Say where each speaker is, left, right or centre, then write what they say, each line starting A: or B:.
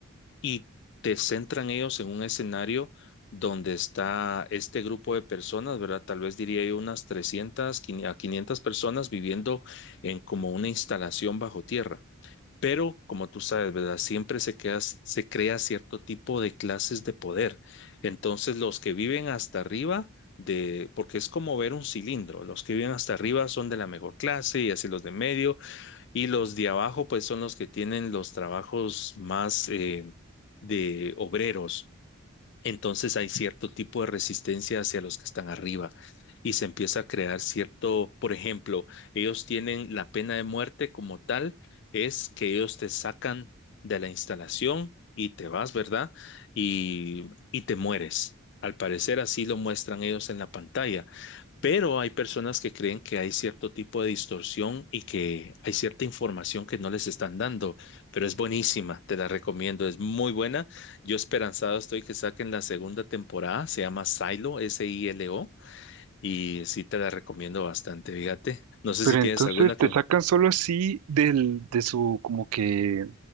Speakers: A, on the left (about 55°); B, on the right (about 80°).
A: y te centran ellos en un escenario donde está este grupo de personas, ¿verdad? Tal vez diría yo unas 300 quin- a 500 personas viviendo en como una instalación bajo tierra. Pero, como tú sabes, ¿verdad? Siempre se queda- se crea cierto tipo de clases de poder. Entonces, los que viven hasta arriba de, porque es como ver un cilindro, los que viven hasta arriba son de la mejor clase y así los de medio, y los de abajo, pues son los que tienen los trabajos más eh, de obreros. Entonces hay cierto tipo de resistencia hacia los que están arriba y se empieza a crear cierto, por ejemplo, ellos tienen la pena de muerte como tal, es que ellos te sacan de la instalación y te vas, ¿verdad? Y, y te mueres. Al parecer así lo muestran ellos en la pantalla. Pero hay personas que creen que hay cierto tipo de distorsión y que hay cierta información que no les están dando, pero es buenísima, te la recomiendo, es muy buena. Yo esperanzado estoy que saquen la segunda temporada, se llama Silo, S-I-L-O, y sí te la recomiendo bastante, fíjate. No sé
B: Pero
A: si
B: entonces
A: tienes alguna que,
B: te sacan solo así del, de su, como que